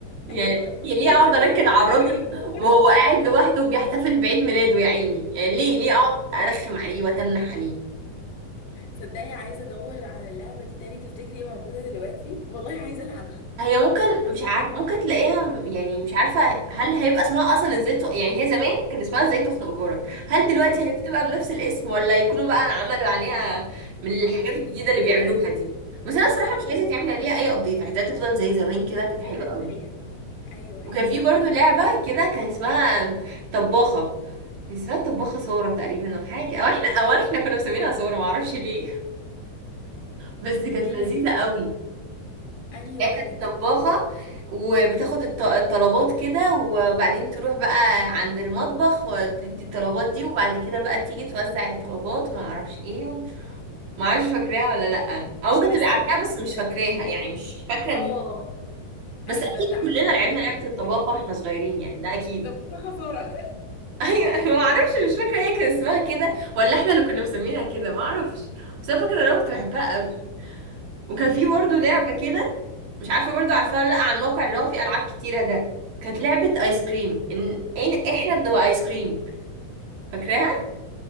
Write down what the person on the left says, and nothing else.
ايوه
تصدقي
والله
عايزه ادور
آه.
تصدقي عايزه ادور على اللعبه دي تاني تفتكري موجوده دلوقتي والله عايزه العبها
اه
ابديت
كده
مش
عارفه
ايوه
هي كده ايوه
يا
رهاب
قولي
لي قولي
لي. انهي
واحده
دي
مش
حاسه
ان انا
فاكراها
اه
ايوه
لا
حاسه
ان انا
مش فاكراها
طب ده خسارة
طب